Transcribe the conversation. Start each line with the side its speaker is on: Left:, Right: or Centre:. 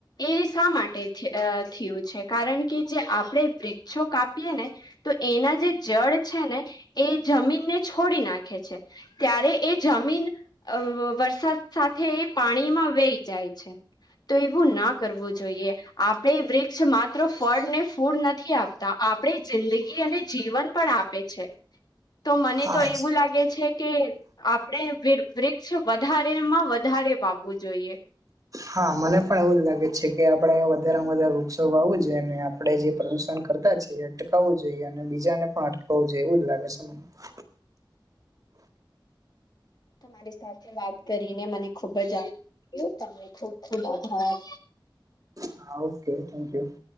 Left: એ શા માટે થ અ થિયુ છે. કારણ કે જે આપણે વૃક્ષો કાપીએ ને તો એના જે જડ છે ને એ જમીનને છોડી નાખે છે. ત્યારે એ જમીન અ વરસાદ સાથે એ પાણીમાં વેહી જાય છે. તો એવું ના કરવું જોઈએ. આપને વૃક્ષ માત્ર ફળ ને ફૂડ નથી આપતા આપડે જિંદગી અને જીવન પણ આપ પે છે તો મને
Right: હા
Left: તો એવું લાગે છે કે આપડે વી <unintelligible> ક્ષો વધારે માં વધારે વાવું જોઈએ.
Right: હા, મને પણ એવું જ લાગે છે કે આપણેે વધારેમાં વધારે વૃક્ષો વાવું જોઈ અને આપણે જે પ્રદુષણ કરતા છીએ. ટેકાવું જોઈએ અને બીજાને પણ અટકાવું જોએ એવું લાગે છે. મને
Left: <inaudible> તમારી સાથે વાત કરીને મને ખુબ જ આ એવું તમેં ખૂબ ખૂબ આભાર.
Right: હા, ઓકે થેન્ક યુ. <inaudible>